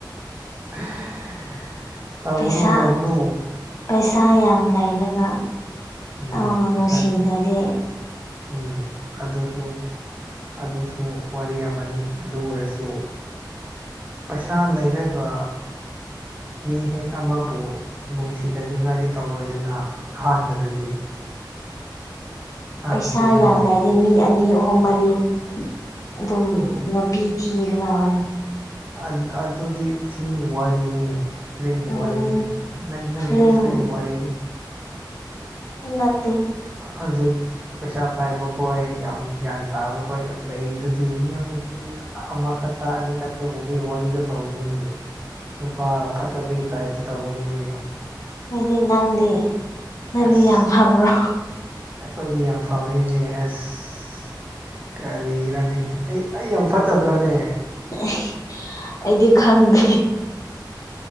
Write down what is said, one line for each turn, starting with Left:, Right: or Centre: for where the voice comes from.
Right: <inaudible>
Left: ꯄꯩꯁꯥ
Right: ꯇꯧꯒꯅꯨ
Left: ꯄꯩꯁꯥ ꯌꯥꯝ ꯂꯩꯔꯒ
Right: ꯎꯝ
Left: ꯑꯣ ꯅꯨꯡꯁꯤꯗꯗꯤ
Right: ꯅꯪ ꯎꯝ ꯑꯗꯨꯁꯨ ꯑꯗꯨꯁꯨ ꯋꯥꯔꯤ ꯑꯃꯅꯤ ꯑꯗꯨ ꯑꯣꯏꯔꯁꯨ ꯄꯩꯁꯥ ꯂꯩꯔꯒ ꯃꯤ ꯍꯦꯛ ꯑꯃꯥꯕꯨ ꯅꯨꯡꯁꯤꯗꯅꯤꯡꯉꯥꯏꯗꯤ ꯇꯧꯔꯣꯏꯗꯅ ꯑꯍꯥꯟꯕꯗꯗꯤ ꯑ
Left: ꯄꯩꯁꯥ
Right: ꯆꯨꯝꯗ꯭ꯔꯣ
Left: ꯌꯥꯝ ꯂꯩꯗꯤ ꯃꯤ ꯑꯅꯤ ꯑꯍꯨꯝ ꯃꯔꯤ ꯑꯗꯨꯝ ꯅꯨꯄꯤ <unintelligible>
Right: ꯑꯥꯠ ꯑꯗꯨꯗꯤ ꯐꯤꯂꯤꯝꯒꯤ ꯋꯥꯔꯤꯅꯦ ꯐ꯭ꯂꯤꯝꯒꯤ
Left: ꯎꯝ
Right: ꯋꯥꯔꯤꯅꯦ ꯅꯪ ꯅꯪꯒꯤꯗꯤ
Left: ꯐꯤꯂꯤꯡ
Right: ꯐ꯭ꯂꯤꯝꯒꯤ ꯋꯥꯔꯤꯅꯤ
Left: ꯅꯠꯇꯦ
Right: ꯍꯖꯤꯛ ꯄꯩꯁꯥ ꯄꯥꯏꯕ ꯈꯣꯏ ꯌꯥꯝ ꯒ꯭ꯌꯥꯟ ꯇꯥꯕ ꯈꯣꯏ ꯌꯥꯝ ꯂꯩ ꯗꯨꯗꯤ ꯅꯪ ꯃꯤ ꯑꯃꯈꯠꯇ ꯑꯅꯤꯈꯠꯇ ꯎꯕꯒꯤ ꯋꯥꯔꯤꯗꯣ ꯇꯧꯒꯅꯨꯅꯦ ꯅꯨꯄꯥ ꯐꯠꯇꯕꯒꯤ ꯇꯥꯏꯞꯇ ꯇꯧꯒꯅꯨꯅꯦ
Left: ꯑꯗꯤ ꯅꯪꯗꯤ ꯅꯪꯗꯤ
Right: ꯑꯁ
Left: ꯌꯥꯝ ꯐꯕ꯭ꯔꯣ
Right: ꯑꯩꯈꯣꯏꯗꯤ ꯌꯥꯝ ꯐꯕꯅꯤꯅꯦ ꯑꯁ ꯀꯔꯤꯔꯅꯦ ꯑꯩ ꯑꯩ ꯌꯥꯝ ꯐꯠꯇꯕ꯭ꯔꯥꯅꯦ
Left: ꯑꯦ ꯑꯩꯗꯤ ꯈꯪꯗꯦ